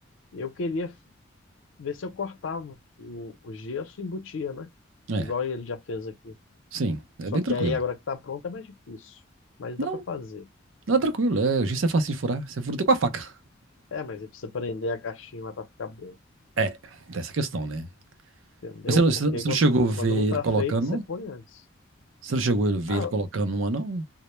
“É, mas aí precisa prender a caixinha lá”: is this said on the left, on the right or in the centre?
Left